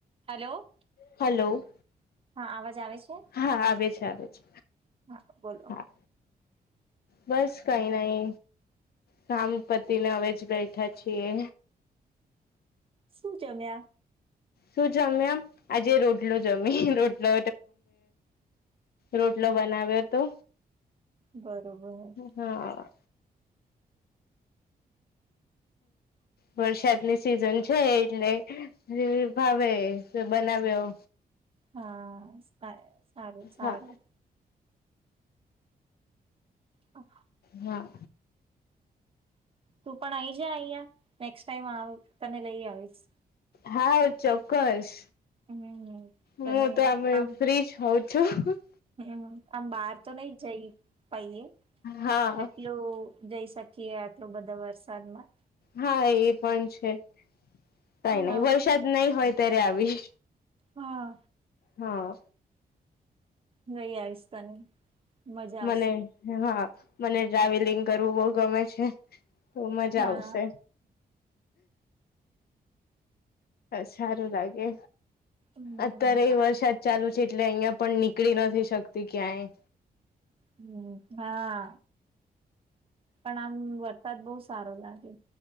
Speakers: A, on the right; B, on the left.
A: Hello.
B: Hello.
A: હા અવાજ આવે છે?
B: હા આવે છે આવે છે.
A: હા બોલો.
B: હા બસ કઈ નઈ, કામ પતિ ને હવે જ બેઠા છીએ.
A: શું જમ્યા?
B: શું જમ્યા આમ આજે રોટલો જમી રોટલો. રોટલો બનાવ્યો હતો.
A: બરોબર.
B: હા. વરસાદની સિઝન છે એટલે હ ભાવે બનાવ્યો.
A: હા સ સારું સારું.
B: હા
A: ઓ.
B: હા.
A: તું પણ આઈ જ અહીયા નેક્ ટાઈમ તને લઈ આવીશ.
B: હા ચોક્કસ
A: હમ તને
B: હું તો અમે
A: આમ
B: ફ્રીજ હોઉ. <unintelligible>
A: હમ આમ બાર તો ન જઈ પએ એટલું.
B: હા
A: જઈ શકીએ આટલો બધા વરસાદમાં.
B: હા એ પણ છે, કઈ નહી
A: હા
B: વરસાદ નહી હોય ત્યારે આવી.
A: હા,
B: હા.
A: નઈ આવીયસ્ તને. મજા
B: મને
A: આવશે
B: હા મને ટ્રાવેલિંગ કરવું બહ ગમે છે. ખ મજા
A: હા
B: આવશે. સારું લાગે,
A: હમ
B: અત્યારે
A: સારી
B: એ વરસાદ
A: વાત
B: ચાલુ છે એટલે અહિયાં પણ નીકળી નથી શકતી ક્યાંય.
A: હમ હા, પણ આમ વરસાદ બહુ સારો લાગે.